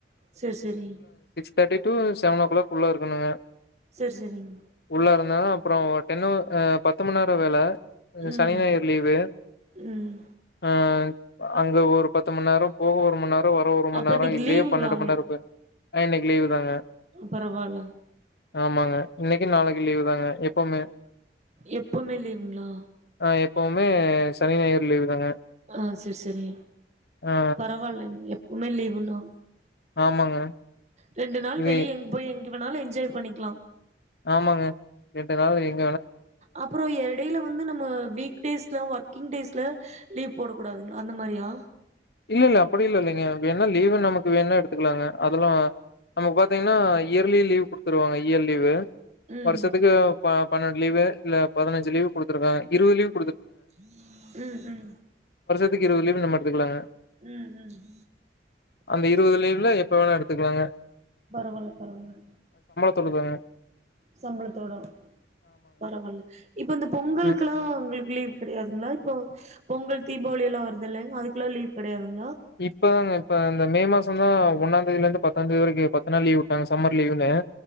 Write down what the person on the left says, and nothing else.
தேர்டி டு செவனோ கிளாக்குள்ள இருக்குனுங்க
உள்ள இருந்தா அப்புறோ இன்னோ பத்துமனநேர வேல
சனி ஞாயிறு லீவு
ஆ அங்க ஒரு பத்து மண் நேரோ போக ஒரு மண் நேரோ ஒரு மண்
நேரோ
இதுலே
பன்னெண்டு மணி நேரோ போய் அ இன்னிக் லீவு தாங்க
ஆமாங்க இன்னிக்கு நாளைக்கு லீவு தாங்க எப்பவுமே
ஆ எப்பவுமே சனி ஞாயிறு லீவு தாங்க
ஆ
ஆமாங்க.
இது
ஆமாங்க ரெண்டு நாள் எங்
இல்ல இல்ல அப்படி இல் இல்லைங்க வேணா லீவு நமக்கு வேணா எடுத்துக்கலாங்க அதெல்லாம் நமக்கு பாத்தீங்கனா இயர்லி லீவ்குடுத்துருவாங்க இயர் லீவு
வருஷத்துக்கு ப பன்னெண்டு லீ் இல்ல பதினஞ்சு லீவு குடுத்துருக்காங்க இருபது லீவு
இருபதுலீவு நம்ம எடுத்துக்கலாங்க
அந்த இருபது லீவு்ல எப்ப வேணாம் எடுத்துக்கலாங்க
தொல்லு தாங்க
ம்
இப்பதாங்க இப்ப இந்த மே மாசம் தான் ஒன்னாம்ந்தேதில இருந்து பத்தாம் தேதி வரை பத்து நாள் லீவு விட்டாங்க சம்மர் லீவுன்னனு